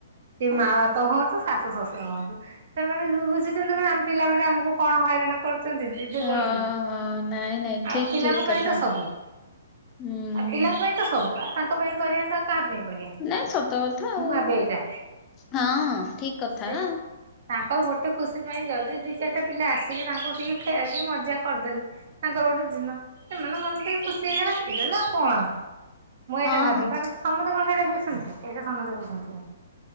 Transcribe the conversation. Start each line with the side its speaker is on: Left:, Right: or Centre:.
Right: ସେ ମା ବାପା ହୁଅନ୍ତୁ, ଶାଶୁ ଶଶୁର ହୁଅନ୍ତୁ। ସେମାନେ ବୁଝୁଛନ୍ତି କଣ। ଆମ ପିଲାମାନେ ଆମକୁ କଣ ହଇରାଣ କରୁଛନ୍ତି। ଜିଦି
Left: ହଁ
Right: କରୁଛନ୍ତି।
Left: ହଁ ନାଇଁ ନାଇଁ
Right: ଆଉ
Left: ଠିକ
Right: ପିଲାଙ୍କ
Left: ଠିକ
Right: ପାଇଁ
Left: କଥା
Right: ତ ସବୁ।
Left: ହୁଁ
Right: ଆଉ ପିଲାଙ୍କ ପାଇଁ ତ ସବୁ। ତାଙ୍କ ପାଇଁ କରିବାନି ତ, ଆଉ କାହା ପାଇଁ କରିବା।
Left: ନାଇଁ ସତ କଥା
Right: ମୁଁ
Left: ଆଉ
Right: ଭାବେ ଏଇଟା।
Left: ହଁ। ଠିକ
Right: ଆଉ ସେ
Left: କଥା।
Right: ତାଙ୍କର ଗୋଟେ ଖୁସି ପାଇଁ। ଯଦି ଦି ଚାରିଟା ପିଲା ଆସିକି, ତାଙ୍କୁ ଟିକେ ଖେଳିକି ମଜା କରିଦେଲେ। ତାଙ୍କର ଗୋଟେ ଦିନ। ସେମାନଙ୍କ ମନ ଟିକେ ଖୁସି ହେଇଗଲା। ହେଇଗଲା ଆଉ କଣ। ମୁଁ ଏଇଟା
Left: ହଁ
Right: ଭାବେ।
Left: ହଁ
Right: କାରଣ ସମସ୍ତେ କଣ ସେଇଟା ବୁଝନ୍ତି। ସେଇଟା ସମସ୍ତେ ବୁଝନ୍ତିନି।